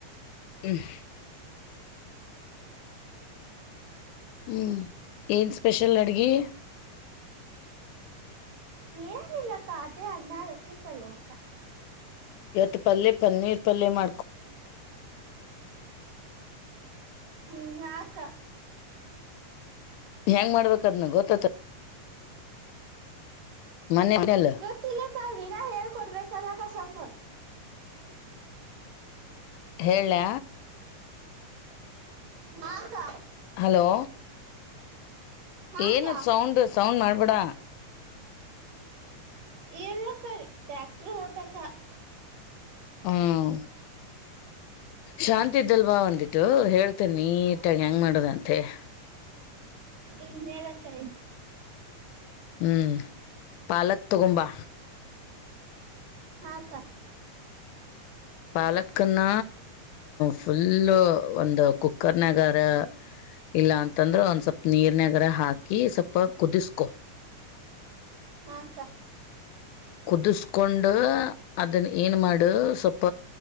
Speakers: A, on the left; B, on the right.
A: ಹ್ಮ್
B: <unintelligible>
A: ಹ್ಮ್ ಏನ್ ಸ್ಪೆಷಲ್ ಅಡುಗೆ
B: ಏನು ಇಲ್ಲ ಕಾವ್ಯ ಅಣ್ಣ ರೊಟ್ಟಿ ಪಲ್ಯ ಅಕ್ಕ
A: ಇವತ್ತು ಪಲ್ಯ ಪನ್ನೀರ್ ಪಲ್ಯ ಮಾಡ್ಕೊ
B: ಹ್ಮ್ ಆಕ್ಕ
A: ಹೆಂಗ್ ಮಾಡಬೇಕಾದ್ನಾ ಗೊತ್ತಾಯ್ತಾ
B: ಹ್ಮ
A: ಮನೆಲ್ಲ
B: ಗೊತ್ತಿಲ್ಲಕ್ಕ ನೀನೇ ಹೇಳಿಕೊಡಬೇಕಲ್ಲ ಸ್ವಲ್ಪ
A: ಹೇಳಳ್ಳ
B: ಹಕ್ಕ
A: ಹಲೋ
B: ಹಾಕ್ಕ
A: ಏನ ಸೌಂಡು ಸಾಂಗ್ ಮಾಡಬೇಡ
B: ಇಲ್ಲ ಅಕ್ಕ ಟ್ಯಾಕ್ಟರ್ ಅಕ್ಕ <inaudible>
A: ಹ್ಮ್ ಶಾಂತಿ ಇದ್ದಿಲ್ವ ಒಂದು ಏಟು ಹೇಳ್ತೀನಿ ಏನು ಮಾಡೋದು ಅಂತ ಹೇಳಿ
B: ಹ್ಮ್ ಹೇಳಕ್ಕ
A: ಹ್ಮ್ ಪಾಲಕ್ ತಗೊಂಬಾ
B: ಹಾಕ್ಕ
A: ಪಾಲಕನ ಫುಲ್ಲು ಒಂದು ಕುಕ್ಕರ್ ನಗರ ಇಲ್ಲ ಅಂತಂದ್ರ ಒಂದ ಸ್ವಲ್ಪ ನೀರ್ನಗರ ಹಾಕಿ ಸ್ವಲ್ಪ ಕುದಿಸ್ಕೊ ಇಲ್ಲಪ್ಪ ಅಂದ್ರೆ ಸ್ವಲ್ಪ ನೀರಾಗಿ ಕುದುಸ್ಕೊ
B: ಹಕ್ಕ
A: ಕುದಿಸಕೊಂಡ ಅದನ್ ಏನ್ ಮಾಡ ಸ್ವಲ್ಪ